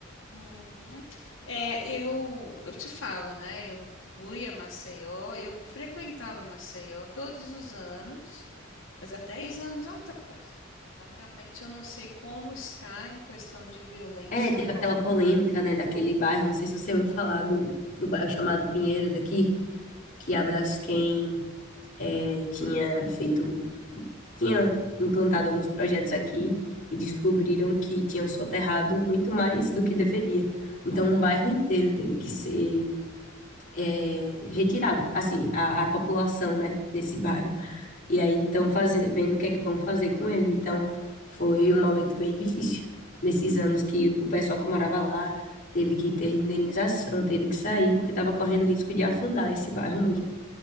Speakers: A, on the left; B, on the left.
A: uhum. É, eu eu te falo, né, eu fui a Maceió, eu frequentava Maceió todos os anos, mas há 10 anos atrás, então realmente eu não sei como está em questão de violência
B: É, teve
A: agora.
B: aquela polêmica, né, daquele bairro, não sei se você ouviu falar do, do bairro chamado Pinheiro daqui, que a Braskem é, tinha feito, tinha implantado alguns projetos aqui e descobriram que tinham soterrado muito mais do que deveria. Então, um bairro inteiro teve que ser é, retirado, assim, a, a população, né, desse bairro e aí estão fazendo, vendo o que é que vão fazer com ele. Então, foi um momento bem difícil nesses anos que o pessoal que morava lá teve que ter indenização, teve que sair porque estava correndo risco de afundar esse bairro mesmo.